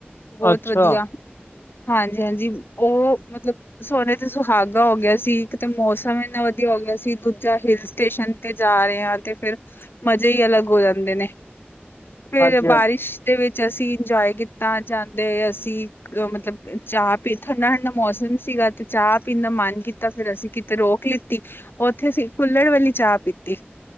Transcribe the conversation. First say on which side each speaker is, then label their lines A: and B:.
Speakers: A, on the left; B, on the left.
A: ਬੋਤ
B: ਅੱਛਾ
A: ਵਧੀਆ ਹਾਂਜੀ- ਹਾਂਜੀ ਔਹ ਮਤਲਬ ਸੋਨੇ ਤੇ ਸੁਹਾਗਾ ਹੋ ਗਿਆ ਸੀ ਇਕ ਤੇ ਮੌਸਮ ਏਨਾ ਵਧੀਆ ਹੋ ਗਿਆ ਸੀ। ਦੂਜਾ ਹਿਲ ਸਟੇਸ਼ਨ ਤੇ ਜਾ ਰਹੇ ਹ ਤੇ ਫਿਰ ਮਜੇ ਈ ਅਲੱਗ ਹੋ ਜਾਂਦੇ ਨੇ ਫੇਰ
B: ਹਾਂਜੀ ਹਾਂਜੀ
A: ਬਾਰਿਸ਼ ਦੇ ਵਿੱਚ ਅਸੀਂ ਇੰਜੋਏ ਕੀਤਾ ਜਾਂਦੇ ਹੋਏ ਅਸੀਂ ਅ ਮਤਲਬ ਚਾਹ ਪੀ, ਠੰਡਾ- ਠੰਡਾ ਮੌਸਮ ਸੀਗਾ। ਤੇ ਚਾਹ ਪੀਣ ਦਾ ਮਨ ਕੀਤਾ ਫੇਰ ਅਸੀਂ ਕਿਤੇ ਰੋਕ ਲਿੱਤੀ ਔਥੇ ਅਸੀਂ ਕੁਲੜ ਵਾਲੀ ਚਾਹ ਪੀਤੀ